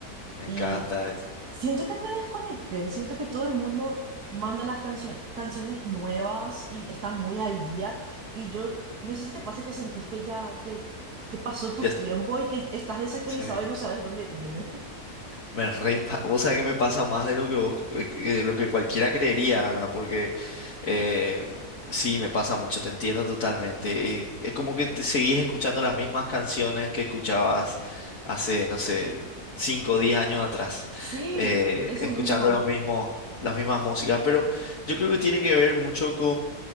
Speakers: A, on the left; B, on the right.
A: me
B: Y
A: encanta eso.
B: siento que me desconecté, siento que todo el mundo manda las cancio- canciones nuevas y están muy al día. Y yo, no sé si te pasa que sentís que ya, que, que pasó tu
A: Ya,
B: tiempo y que estás desactualizado
A: sí.
B: y no sabes dónde ir. <laughs>
A: Me re pa- <laughs> vos sabés que me pasa más de lo que vos, eh, que- de lo que cualquiera creería, ¿verdad? Porque eh, sí, me pasa mucho, te entiendo totalmente. Y es como que te seguís escuchando las mismas canciones que escuchabas hace, no sé, 5 o 10 años atrás,
B: Sí,
A: eh,
B: eso
A: escuchando
B: mismo.
A: los mismos, las mismas músicas, pero yo creo que tiene que ver mucho